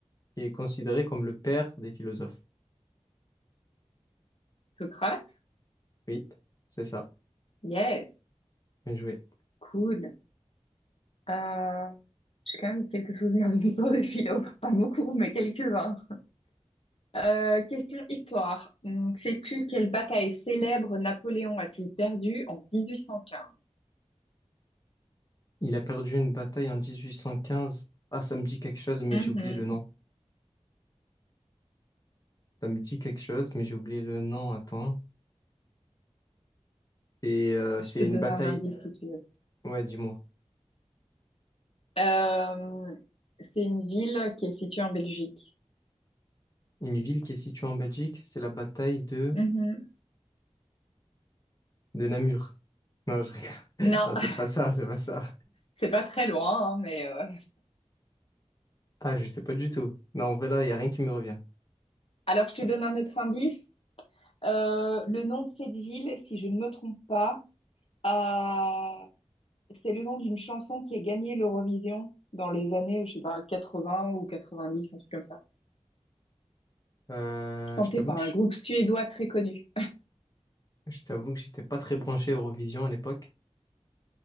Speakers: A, on the left; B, on the left.
A: qui est considéré comme le père des philosophes?
B: Socrate?
A: Oui, c'est ça.
B: Yes,
A: Bien joué.
B: cool. Euh, j'ai quand même quelques souvenirs de mes cours de philo, <laughs> pas beaucoup, mais quelques-uns. Euh, question histoire. Hum, Sais-tu quelle bataille célèbre Napoléon a-t-il perdue en 1815?
A: Il a perdu une bataille en 1815. Ah, ça me dit quelque chose, mais
B: Mhm.
A: j'ai oublié le nom. Ça me dit quelque chose, mais j'ai oublié le nom. Attends. C'est euh,
B: Je
A: c'est
B: peux
A: une
B: te donner
A: bataille.
B: un indice si tu veux.
A: Ouais, dis-moi.
B: Euh, c'est une ville qui est située en Belgique.
A: Une ville qui est située en Belgique, c'est la bataille de
B: Mhm.
A: de Namur. Non, je rigole. <laughs>
B: Non,
A: Non,
B: <laughs>
A: c'est pas ça, c'est pas ça.
B: c'est pas très loin, hein, mais... euh,
A: Ah, je sais pas du tout. Non, en vrai, là, il n'y a rien qui me revient.
B: Alors, je te donne un autre indice. Euh, le nom de cette ville, si je ne me trompe pas, euh, c'est le nom d'une chanson qui a gagné l'Eurovision dans les années, je sais pas, 80 ou 90, un truc comme ça.
A: Euh,
B: Chantée
A: je t'avoue
B: par
A: que
B: un
A: je,
B: groupe suédois très connu.
A: je t'avoue que j'étais pas très branché Eurovision à l'époque.